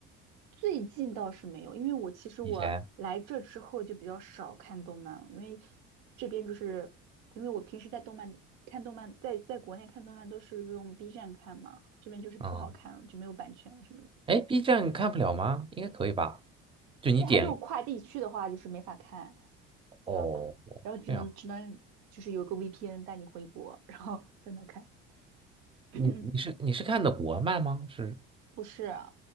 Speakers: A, on the right (about 80°); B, on the right (about 20°).
A: 最近倒是没有，因为我其实我来这之后就比较少看动漫了，
B: 以前？
A: 因为这边就是因为我平时在动漫看动漫，在在国内看动漫都是用 B 站看嘛，这边就是不好看了，
B: 嗯，
A: 就没有版权了什么的。
B: 哎，B 站看不了吗？应该可以吧？就你点，
A: 因为它这种跨地区的话，就是没法看，
B: 哦，
A: 知道吧？然后只能只能就是有个
B: 是这样。
A: VPN 带你回国，然后在那看。<coughs>
B: 你你是你是看的国漫吗？是
A: <clears throat> 不是，